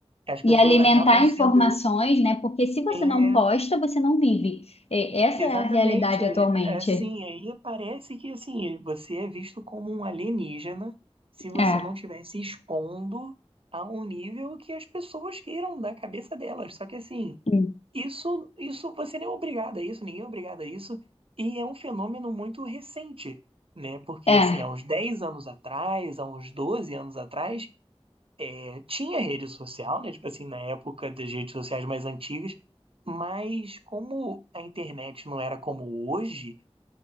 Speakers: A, on the right; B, on the left.
A: As
B: E
A: pessoas
B: alimentar
A: acabam sendo
B: informações, né? Porque se você
A: é,
B: não posta, você não vive. E- essa
A: exatamente
B: é a realidade atualmente.
A: é, assim, aí parece que assim, você é visto como um alienígena se você
B: É,
A: não estiver se expondo a um nível que as pessoas queiram da cabeça delas. Só que assim,
B: Hum.
A: Isso, isso, você nem é obrigado a isso, ninguém é obrigado a isso, e é um fenômeno muito recente, né? Porque,
B: é,
A: assim, há uns 10 anos atrás, há uns 12 anos atrás, eh, tinha rede social, né? Tipo assim, na época das redes sociais mais antigas, mas como a internet não era como hoje,